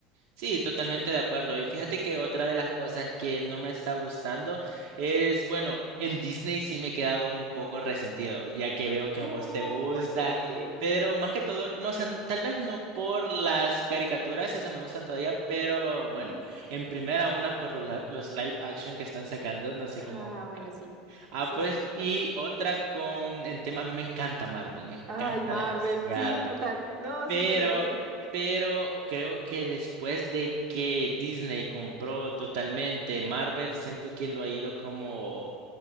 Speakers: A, on the right; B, on the right.
A: Sí, totalmente de acuerdo. Y fíjate que otra de las cosas que no me está gustando es, bueno, en Disney sí me he quedado un poco resentido, ya que veo
B: No,
A: que a vos te gusta,
B: ¿por qué?
A: pero más que todo, no, o sea, n- tal vez no por las caricaturas, esas me gustan todavía, pero
B: Ujú.
A: bueno, en primera una por la- los live action que están sacando, no sé
B: Ah,
A: cómo.
B: bueno, sí,
A: Ah,
B: sí
A: pues,
B: estoy de acuerdo.
A: y otra con, en tema, a mí me encanta Marvel, me encanta
B: Ay, Marvel,
A: demasiado.
B: sí, total. No,
A: Pero,
B: sí, tenés razón.
A: pero creo que después de que Disney compró totalmente Marvel, siento que lo ha ido como